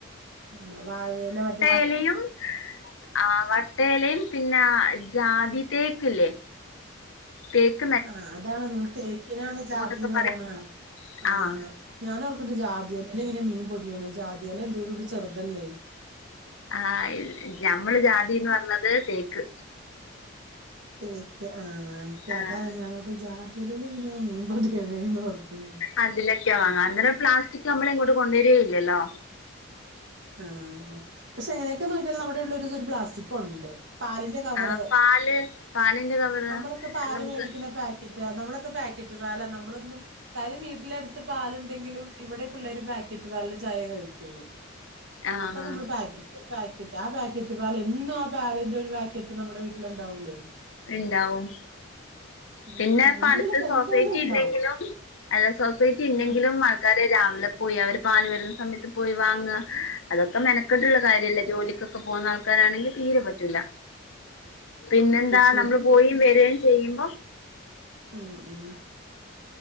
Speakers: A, on the right; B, on the left.
A: ആ വാഴയില മറ്റേ വ
B: എലവ് ആ വട്ടയിലയും പിന്നെ ജാതി തേക്ക് ഇല്ലേ തേക്ക്
A: ആഹ് അതാണോ നിങ്ങൾ തേക്കിനാണോ
B: അങ്ങോട്ടൊക്കെ
A: ജാതിന്ന്
B: പറ
A: പറയണേ ആ
B: ആഹ്
A: ഞാൻഓർക്കണ്ട് ജാതിയില ഇല് ഇങ്ങനെ മീൻ പൊതിയണെന്ന് ജാതിയയില എന്തോരോണ്ട് ചെറുതല്ലേ
B: ആ ഞമ്മള് ജാതിന്ന് പറഞ്ഞത് തേക്ക്
A: തേക്ക് ആ എനിക്ക്
B: ആഹ്
A: അതാ ഞാനവിടെ ജാതി ഇലല് എങ്ങനെയാ മീൻ പൊതിയണേന്ന് ഓ ർത്ത് ഞാൻ
B: അതിലൊക്കെ വാങ്ങാം അന്നേരം പ്ലാസ്റ്റിക് നമ്മള് ഇങ്ങോട്ട് കൊണ്ടുവരികേയില്ലല്ലോ
A: ആഹ് പക്ഷെ എങ്ങനെയൊക്കെ നോക്കിയാലും നമ്മുടെ വീട്ടില് ഒരു പ്ലാസ്റ്റിക് ഉണ്ട് പാലിന്റെ കവറ്
B: ആഹ് പാല് പാലിന്റെ കവറ്
A: നമ്മളൊക്കെ പാല്
B: അത് നമുക്ക്
A: മേടിക്കണ പാക് <unintelligible> നമ്മളൊക്കെ പാക്കറ്റ് പാലാ നമ്മളൊന്നും കാര്യം വീട്ടിലടുത്ത് പാലുണ്ടെങ്കിലും ഇവിടെ പിള്ളേര് പാക്കറ്റ് പാലിലെ ചായ കഴിക്കുള്ളൂ
B: ആഹ്
A: അപ്പൊ നമ്മ പാകറ്റ് ഒരുപാക്കറ്റ് ആ പാക്കറ്റ് പാല് എന്നും ആ പാലിന്റെ ഒരു പാക്കറ്റ് നമ്മുടെ വീട്ടിലുണ്ടാവുല്ലേ
B: ഇണ്ടാവും
A: ഉം
B: പിന്നെപ്പട്ത്ത്
A: എന്തെങ്കിലുമൊക്കെ
B: സൊസൈറ്റി
A: എന്തായാലും ഉണ്ടാവും
B: ഇല്ലെങ്കിലും അല്ല സൊസൈറ്റി ണ്ടെങ്കിലും
A: ആ
B: ആൾക്കാര് രാവിലെ പോയി അവര് പാല് വരുന്ന സമയത്ത് പോയി വാങ്ങ അതൊക്കെ മെനക്കെട്ട്ള്ള കാര്യല്ലേ ജോലിക്കൊക്കെ പോകുന്ന ആൾക്കാരാണെങ്കിൽ തീരെ പറ്റൂല പിന്നെന്താ
A: കിഷ്
B: നമ്മള് പോയിം വെരേം ചെയ്യുമ്പോ
A: ഉം ഉം